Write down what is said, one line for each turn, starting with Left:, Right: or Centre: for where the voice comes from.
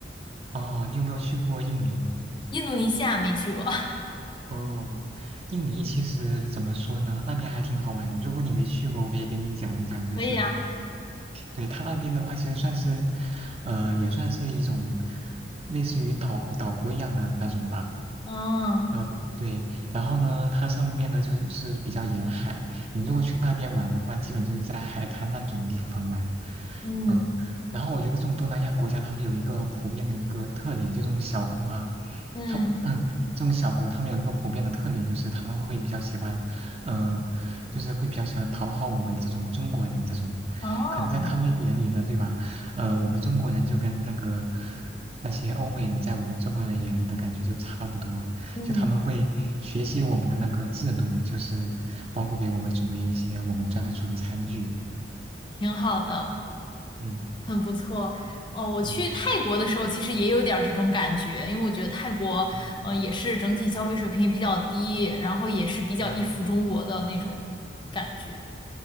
Right: 哦，你有没有去过印尼？
Left: 印度尼西亚没去过，<laughs>
Right: 哦，印尼其实怎么说呢，那边还挺好玩的。如果你没去过，我可以给你讲一讲。就是
Left: 可以啊，
Right: 对它那边的话，其实算是，呃，也算是一种类似于岛岛国一样的那种吧。
Left: 嗯
Right: 嗯，对，然后呢，它上面呢就是是比较沿海，你如果去那边玩的话，基本就是在海滩那种地方玩，
Left: 嗯
Right: 嗯，然后我觉得这种东南亚国家，他们有一个普遍的一个特点，就这种小国啊，
Left: 嗯，
Right: 他们 <clears throat> 这种小国，他们有一个普遍的特点，就是他们会比较喜欢，嗯、就是会比较喜欢讨好我们这种中国人，这种可能在他们眼里呢，
Left: 哦，
Right: 对吧？呃，我们中国人就跟那个那些欧美人在我们中国人眼里的感觉就差不多。
Left: 嗯，
Right: 就他们会学习我们的那个制度，就是包括给我们准备一些我们专属的餐具。
Left: 挺好的，
Right: 嗯
Left: 很不错。哦，我去泰国的时候其实也有点儿这种感觉，
Right: 嗯
Left: 因为我觉得泰国呃也是整体消费水平比较低，
Right: 哦，
Left: 然后也是比较依附中国的那种
Right: 嗯，
Left: 感觉。